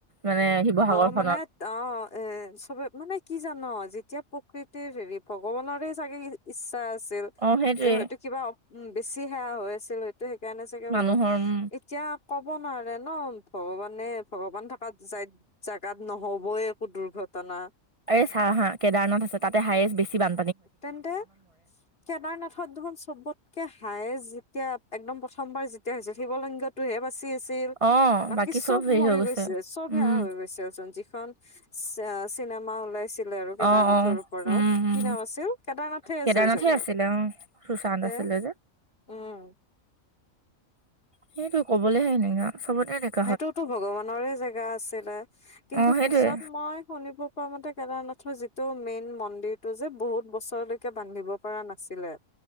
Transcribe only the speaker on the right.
মানে শিৱসাগৰ
খনত
অ সেইটোয়ে
মানুহৰ
উম
এই চা হা, কেদাৰনাথ আছে তাতে হাইয়েছ বেছি বান
অ',
চব হেৰি
হৈ
উম,
অ', অ',
উম, উম,
কেদাৰনাথে
আছিলে অ'। সুশান্ত
আছিলে যে,
সেইটো ক'বলেহে সেনেকা। সবতে দেখা
অ', সেইটোৱে